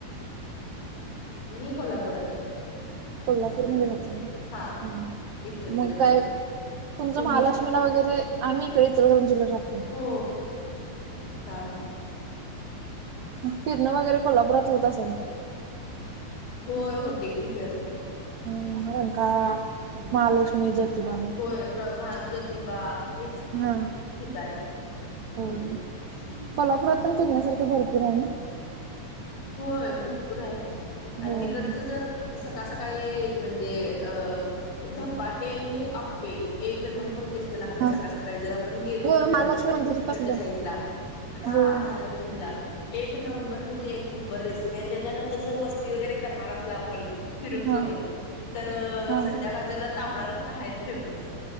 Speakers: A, on the left; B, on the right.
A: मी कोल्हापुरात.
B: कोल्हापूर
A: इचलकरंजी
B: मध्ये राहताय होय
A: हा इचलकरंजी
B: मग काय?
A: आहे
B: तुमचं
A: तुम्ही
B: महालक्ष्मीला वगैरे आम्ही इकडे इचलकरंजी ला राहतोय.
A: हो हा हा!
B: मग फिरणं वगैरे कोल्हापुरात होत असल?
A: होय होते की. फिरणार
B: हम्म रंकाळा,
A: हम
B: महालक्ष्मी, ज्योतिबा
A: होय ना माझं. किं बा हेच की
B: हा
A: ठिकाण हम्म.
B: होय कोल्हापुरात पण फिरण्यासारखे भरपूर आहे नयी.
A: होय भरपूर आहे आणि
B: होय
A: तिकडचं जर सकाळ सकाळी म्हणजे अ धपाटे आणि आप्पे एक त नंबर टेस्ट लागत
B: हा
A: सकाळ सकाळी जर आपण गेलो
B: होय
A: तिकड
B: महालक्ष्मी
A: तिकडच्या
B: मंदिर पासलं
A: साईड ला. हा
B: होय
A: महालक्ष्मीला एक नंबर म्हणजे एक नंबर रेसिपी आणि त्याच्यानंतर जर वस्ती वगैरे करणार असला आपण फिरून
B: हा
A: करून तर
B: हा
A: संध्याकाळच्याला तांबडा रस्सा हायेच फेमस.